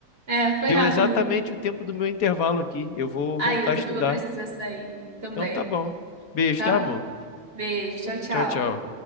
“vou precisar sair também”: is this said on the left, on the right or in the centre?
Right